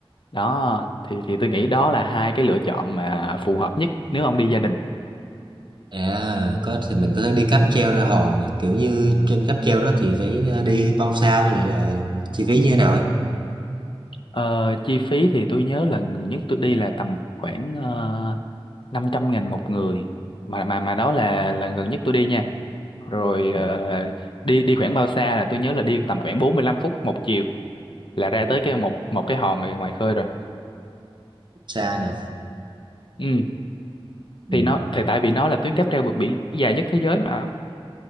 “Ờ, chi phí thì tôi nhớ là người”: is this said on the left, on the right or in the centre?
Left